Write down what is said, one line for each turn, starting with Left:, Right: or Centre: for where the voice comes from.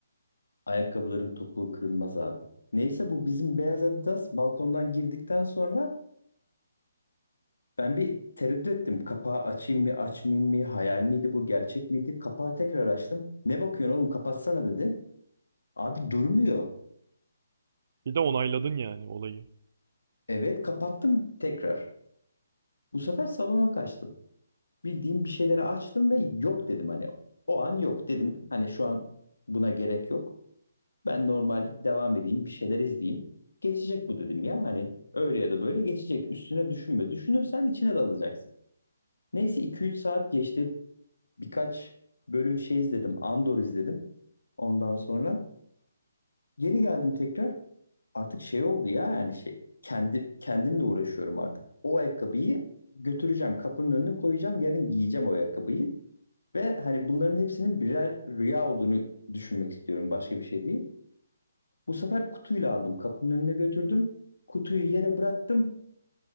Left: ayakkabıların topuğu kırılmaz abi. Neyse bu bizim beyaz Adidas balkondan girdikten sonra Ben bir tereddüt ettim. Kapağı açayım mı, açmayayım mı? Hayal miydi bu, gerçek miydi? Kapağı tekrar açtım. Ne bakıyorsun oğlum, kapatsana dedi. Abi durmuyor.
Right: Bir de onayladın yani olayı.
Left: Evet, kapattım tekrar. Bu sefer salona kaçtım. Bildiğim bir şeyleri açtım ve yok dedim hani. O an yok dedim. Hani şu an buna gerek yok. Ben normal devam edeyim, bir şeyler izleyeyim. Geçecek bu dedim ya hani. Öyle ya da böyle geçecek. Üstüne düşünme. Düşünürsen içine dalacaksın. Neyse iki üç saat geçti. birkaç bölüm şey izledim. Andor izledim. Ondan sonra geri geldim tekrar. Artık şey oldu ya yani şey kendi kendimle uğraşıyorum artık. O ayakkabıyı götüreceğim, kapının önüne koyacağım, yarın giyeceğim o ayakkabıyı ve hani bunların hepsinin birer rüya olduğunu düşünmek istiyorum. Başka bir şey değil. Bu sefer kutuyla aldım, kapının önüne götürdüm. Kutuyu yere bıraktım.